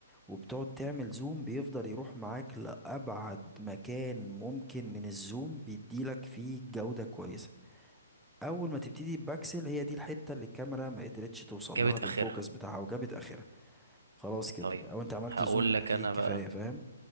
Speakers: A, in the centre; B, on the right (about 70°).
A: وبتقعد تعمل زوم بيفضل يروح معاك لأبعد مكان ممكن من الزوم بيديلك فيه جودة كويسة اول ما تبتدي بباكسل هي دي الحته اللي الكاميرا ما قدرتش توصل
B: جابت
A: لها بالفوكس
B: اخرها
A: بتاعها وجابت اخرها خلاص كده
B: طيب
A: او انت عملت
B: هقول
A: زوم بما
B: لك
A: فيه
B: انا
A: الكفايه
B: بقى
A: فاهم